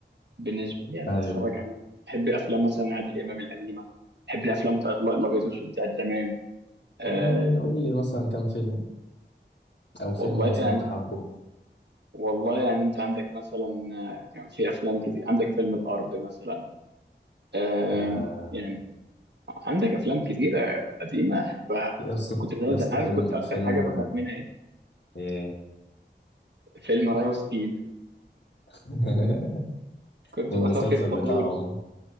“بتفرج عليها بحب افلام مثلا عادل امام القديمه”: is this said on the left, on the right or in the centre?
Right